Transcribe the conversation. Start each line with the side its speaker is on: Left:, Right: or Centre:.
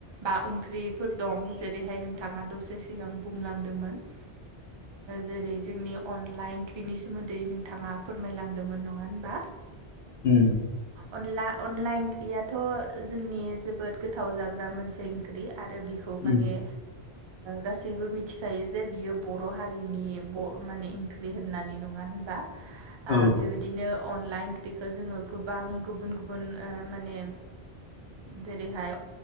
Right: बा ओंख्रिफोर दं जेरैहाय नोंथाङा दसे सिगां बुंलांदोंमोन। जेरै जोंनि अनला ओंख्रिनि सोमोन्दै नोंथाङा फोरमायलांदोंमोन नङा होनबा?
Left: उम।
Right: अनला अनला ओंख्रियाथ' जोंनि जोबोद गोथाव जाग्रा मोनसे ओंख्रि आरो बे
Left: उम
Right: माने गासैबो मिथिखायो जे बियो बर' हारि माने ओंख्रि होन्नानै नङा होनबा?
Left: औ
Right: बेबायदिनो अनला अनला ओंख्रिखो जोङो गोबां गुबुन गुबुन माने
Left: <inaudible>
Right: जेरैहाय